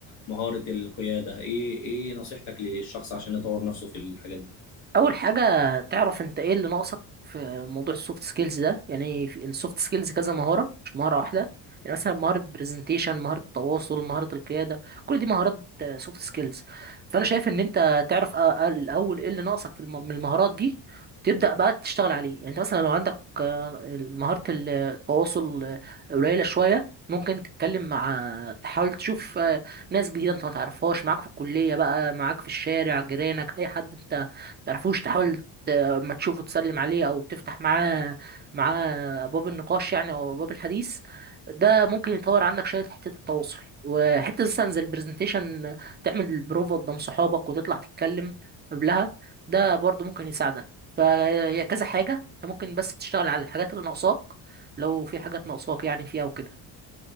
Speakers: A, on the left; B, on the right.
A: مهارة القيادة ايه ايه نصيحتك للشخص عشان يطور نفسه في الحاجات دي
B: اول حاجه تعرف انت ايه اللي ناقصك في موضوع السوفت سكيلز ده يعني في السوفت سكيلز كذا مهاره مش مهاره واحده يعني مثلا مهاره برزنتيشن مهاره التواصل مهاره القياده كل دي مهارات سوفت سكيلز فانا شايف ان انت تعرف أ- أ- الاول ايه اللي ناقصك في الم- من المهارات دي وتبدا بقى تشتغل عليه يعني انت مثلا لو عندك آه، مهاره ال- التواصل آه، قليله شويه ممكن تتكلم مع تحاول تشوف آه، ناس جديده انت ما تعرفهاش معاك في الكليه بقى معاك في الشارع جيرانك اي حد انت تعرفوش تحاول ت- اما تشوفه تسلم عليه او تفتح معاه معاه باب النقاش يعني او باب الحديث ده ممكن يطور عندك شويه حته التواصل وحته مثلا زي البرزنتيشن تعمل بروفا قدام صحابك وتطلع تتكلم قبلها ده برضه ممكن يساعدك فهي كذا حاجه انت ممكن بس تشتغل على الحاجات اللي ناقصاك لو في حاجات ناقصاك يعني فيها وكده